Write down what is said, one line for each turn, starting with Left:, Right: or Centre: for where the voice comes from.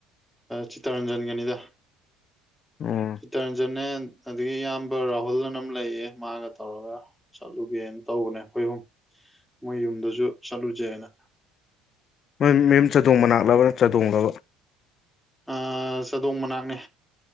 Centre: ꯆꯤꯇꯔꯟꯖꯟꯒꯅꯤꯗ
Left: ꯎꯝ
Centre: ꯆꯤꯇꯔꯟꯖꯅꯦ ꯑꯗꯒꯤ ꯏꯌꯥꯝꯕ ꯔꯥꯍꯨꯜꯅꯑꯝ ꯂꯩꯌꯦ ꯃꯥꯒ ꯇꯧꯔꯒ ꯆꯠꯂꯨꯒꯦꯅ ꯇꯧꯕꯅꯦ ꯑꯩꯈꯣꯏꯍꯨꯝ ꯃꯣꯏ ꯌꯨꯝꯗꯁꯨ ꯆꯠꯂꯨꯁꯦꯅ
Left: ꯃꯣꯏ ꯃꯌꯨꯝ ꯆꯥꯗꯣꯡ ꯃꯅꯥꯛꯂꯕ ꯆꯥꯗꯣꯡꯂꯕ
Centre: ꯑꯥ ꯆꯥꯗꯣꯡ ꯃꯅꯥꯛꯅꯦ